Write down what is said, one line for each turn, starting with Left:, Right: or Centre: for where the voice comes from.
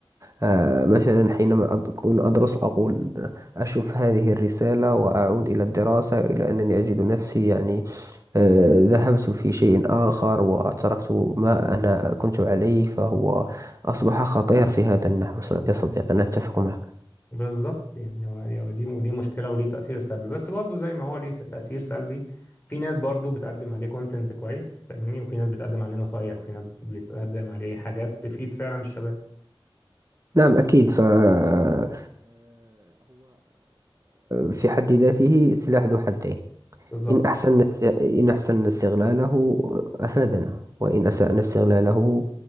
Right: آه، مثلا حينما أد- أكون أدرس أقول أشوف هذه الرسالة وأعود إلى الدراسة إلى أنني أجد نفسي يعني آه، ذهبت في شيء آخر وتركت ما أنا كنت عليه فهو أصبح خطير في هذا النحو ص- يا صديقي أنا أتفق معك
Left: بالظبط يعني هو هو دي ودي مشكلة وليه تأثير سلبي بس برضه زي ما هو ليه تأثير سلبي في ناس برضه بتقدم عليه كونتنت كويس فاهمني وفي ناس بتقدم عليه نصايح وفي ناس بتقدم عليه حاجات تفيد فعلا الشباب
Right: نعم أكيد فهو في حد ذاته سلاح ذو حدين
Left: بالظبط
Right: إن أحسن إن أحسن استغلاله أفادنا وإن أسأنا استغلاله